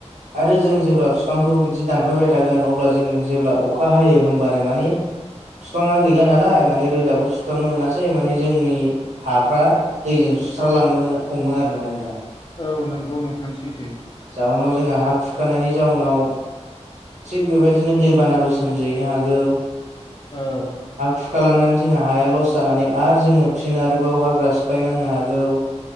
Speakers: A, on the right (about 80°); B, on the left (about 40°).
A: आरो जों जेब्ला बिफांखौ बिदि दानफायबाय थागोन अब्ला जों जेब्ला अखा हायो होमबानो माने बिफाङा गैला नालाय माने रोदाबो सुथाबनो मोनासै माने जोंनि हाफ्रा दैजों सुस्रालांनो हमो आरोना नोंथां।
B: औ नंगौ नोंथां सैथो।
A: जाउनाव जोङो हा खुरखानायनि जाउनाव थिग बेबायदिनो दैबानाबो सोमजिहैनो हागौ
B: औ
A: हा खुरखालांनानै जोंहा हाया लस जानानै आरो जोङो फिन आरोबाव हाग्रा सिफायनांनो हागौ <inaudible>